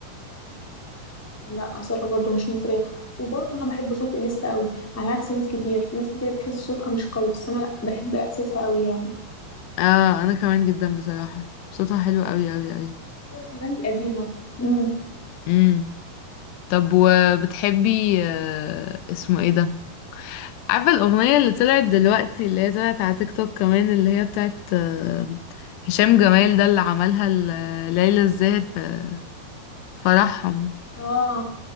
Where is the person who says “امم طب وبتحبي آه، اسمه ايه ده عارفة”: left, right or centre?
Left